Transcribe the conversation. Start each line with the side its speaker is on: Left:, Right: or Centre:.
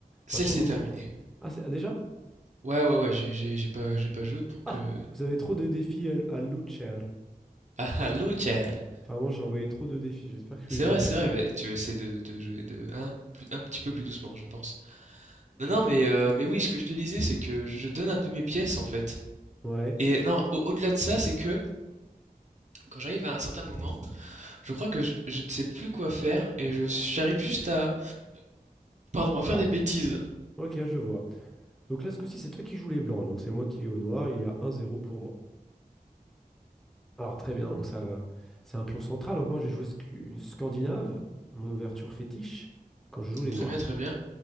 Right: Celle-ci
Centre: En attendant.
Right: est terminée.
Centre: euh, Ah, c'est- ah, déjà?
Right: Ouais, ouais, ouais, j'ai j'ai- j'ai pas, j'ai pas joué pour que...
Centre: Ah,
Right: <laughs>
Centre: vous avez trop de défis à, à Lucher.
Right: Ah, ah, Lothar.
Centre: Apparemment, j'ai envoyé trop de défis, j'espère que tu
Right: C'est
Centre: les
Right: vrai,
Centre: as reçus.
Right: c'est vrai, mais tu vas essayer de, de jouer de, hein, plus- un petit peu plus doucement, je pense. Non,
Centre: Tu...
Right: non, mais, euh, mais oui, ce que je te disais, c'est que je donne un peu mes pièces, en fait.
Centre: Ouais,
Right: Et
Centre: tu...
Right: non, au- au-delà de ça, c'est que Quand j'arrive à un certain moment, je crois que je, je ne sais plus quoi faire et je j'arrive juste à, pardon, à
Centre: voilà.
Right: faire des bêtises.
Centre: Ok, je vois. Donc là, ce coup-ci, c'est toi qui joues les blancs, donc c'est moi qui ai au noir, il y a un zéro pour moi. Alors très bien, donc ça, c'est un pion central. Donc moi, je vais jouer scu- une Scandinave, mon ouverture fétiche, quand je joue les
Right: Très
Centre: noirs.
Right: bien, très bien.